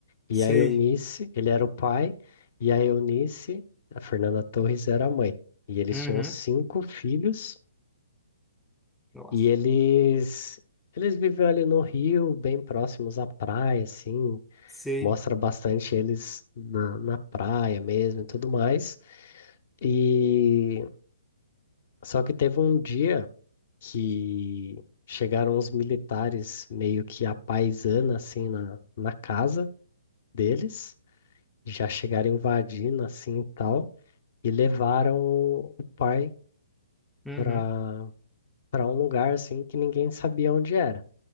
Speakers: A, on the left; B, in the centre.
A: e
B: Sei.
A: a Eunice, ele era o pai, e a Eunice, a Fernanda Torres, era a mãe. E eles
B: Uhum.
A: tinham cinco filhos,
B: Nossa.
A: e eles eles viviam ali no Rio, bem próximos à praia, assim,
B: Sei.
A: mostra bastante eles na, na praia mesmo e tudo mais. E só que teve um dia que chegaram os militares meio que à paisana, assim, na, na casa deles, já chegaram invadindo, assim, e tal, e levaram o, o pai
B: Uhum.
A: para para um lugar, assim, que ninguém sabia onde era.